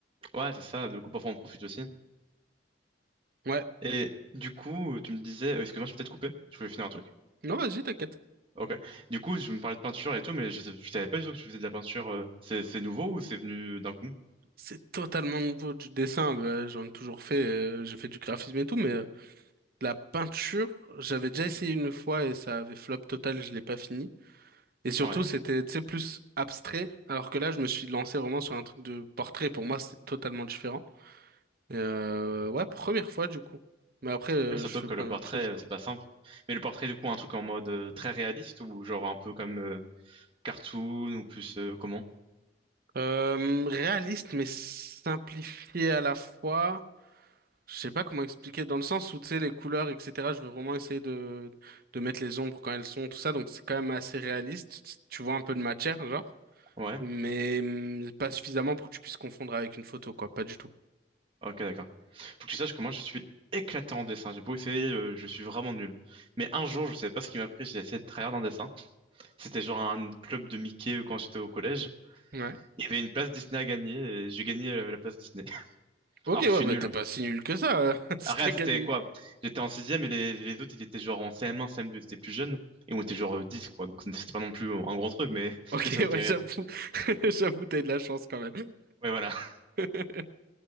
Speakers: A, on the right; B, on the right.
A: Ouais, c'est ça. Du coup, parfois, on profite aussi.
B: Ouais.
A: Et du coup, tu me disais, euh, excuse-moi, je peux peut-être couper. Je voulais finir un truc.
B: Non, vas-y, t'inquiète.
A: Ok. Du coup, je me parlais de peinture et tout, mais je, sais- je savais pas du tout que tu faisais de la peinture. euh, C'est c'est nouveau ou c'est venu d'un coup?
B: C'est totalement nouveau du dessin. bah, j'en ai toujours fait, euh, j'ai fait du graphisme et tout, mais euh, la peinture, j'avais déjà essayé une fois et ça avait flop total, je l'ai pas fini. Et surtout,
A: Ouais.
B: c'était, tu sais, plus abstrait, alors que là, je me suis lancé vraiment sur un truc de portrait. Pour moi, c'est totalement différent. Et, euh, ouais, première fois du coup. Mais après, euh,
A: Ouais, surtout
B: je fais
A: que
B: plein
A: le portrait,
B: d'autres choses, quoi.
A: euh, c'est pas simple. Mais le portrait, du coup, un truc en mode euh, très réaliste ou genre un peu comme euh, cartoon ou plus euh, comment?
B: Euh, réaliste, mais simplifié à la fois. Je sais pas comment expliquer, dans le sens où, tu sais, les couleurs, etc., je veux vraiment essayer de, de mettre les ombres quand elles sont, tout ça, donc c'est quand même assez réaliste. Tu tu vois un peu de matière, genre,
A: Ouais.
B: mais hum, pas suffisamment pour que tu puisses confondre avec une photo, quoi, pas du tout.
A: Ok, d'accord. Faut que tu saches que moi, je suis éclatant en dessin. J'ai beau essayer, euh, je suis vraiment nul. Mais un jour, je sais pas ce qui m'a pris, j'ai essayé de tryhard un dessin. C'était genre un club de Mickey euh, quand j'étais au collège.
B: Ouais.
A: Il y avait une place Disney à gagner et j'ai gagné euh, la place Disney. <laughs>
B: Ok,
A: Alors
B: ouais,
A: que je suis
B: bah
A: nul,
B: t'es pas si nul que ça, euh, <laughs> si
A: Après,
B: t'as gagné.
A: c'était quoi?
B: une-
A: J'étais en sixième et les, les autres, ils étaient genre en CM1, CM2, ils étaient plus jeunes. Et on était genre euh, 10, quoi. Donc, c'était pas non plus euh, un grand truc, mais
B: <laughs>
A: <laughs>
B: Ok,
A: juste ça
B: ouais,
A: me fait
B: j'avoue,
A: rire.
B: <laughs> j'avoue, t'as eu de la chance quand même.
A: Ouais, voilà. <laughs>
B: <laughs>